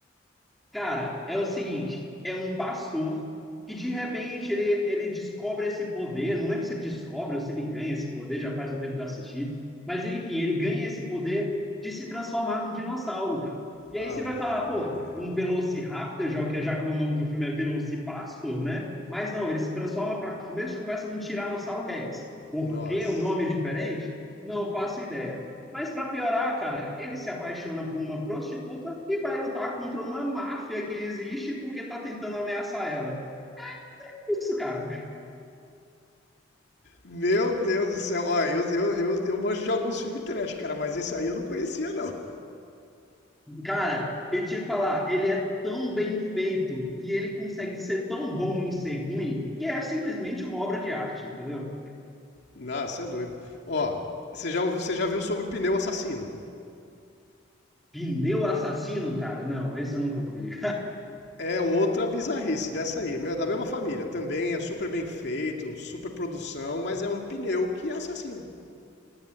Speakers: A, in the centre; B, on the left.
A: Cara, é o seguinte, é um pastor que de repente ele, ele descobre esse poder, não lembro se ele descobre ou se ele ganha esse poder, já faz um tempo que eu assisti, mas enfim, ele ganha esse poder de se transformar num dinossauro, cara. E
B: Ave
A: aí você vai falar, pô,
B: Maria.
A: um Velociraptor, já que, já que o nome do filme é Velocipastor, né? Mas não, ele se transforma para começo de conversa num Tiranossauro Rex. Por
B: Nossa.
A: que o nome é diferente? Não faço ideia. Mas para piorar, cara, ele se apaixona por uma prostituta e vai lutar contra uma máfia que existe porque tá tentando ameaçar ela. Isso, cara.
B: Meu Deus do céu. Ó, eu, eu, eu, eu manjo de alguns filmes trash, cara, mas esse aí eu não conhecia, não.
A: Cara, e te falar, ele é tão bem feito e ele consegue ser tão bom em ser ruim que é simplesmente uma obra de arte, entendeu?
B: Nossa, você é doido. Ó, você já, você já viu sobre o pneu assassino?
A: Pneu assassino, cara? Não, esse eu nunca vi.
B: É outra bizarrice dessa aí, meu, é da mesma família. Também é super bem feito, super produção, mas é um pneu que é assassino.